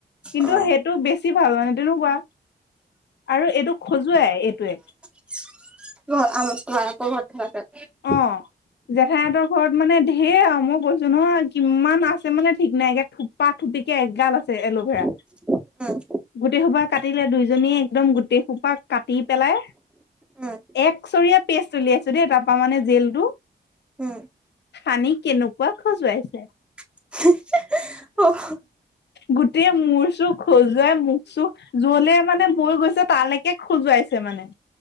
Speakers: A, on the left (about 75°); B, in the centre.
A: কিন্তু
B: অ
A: সেইটো বেছি ভাল মানে তেনেকুৱা, আৰু এইটো খজুৱাই এইটোৱে।
B: <unintelligible>
A: অ'। জেঠাইহঁতৰ ঘৰত মানে ঢেৰ আৰু মই কৈছো নহয় কিমান আছে মানে ঠিক নাই এতি থোপা থুপিকে এগাল আছে এল'ভেৰা।
B: <inaudible>
A: গোটেই সোপা কাটিলে দুইজনীয়ে একদম গোটেই সোপা কাটি পেলাই
B: উম
A: একচৰিয়া পেষ্ট উলিয়াইছো দেই তাৰাপা মানে জেলটো।
B: উম।
A: পানী কেনেকুৱা খজুৱাইছে।
B: <unintelligible> অহ
A: গোটেই মোৰ চুৰ খজুৱাই মোখ চুখ য'লে মানে বৈ গৈছে তালেকে খজুৱাইছে মানে।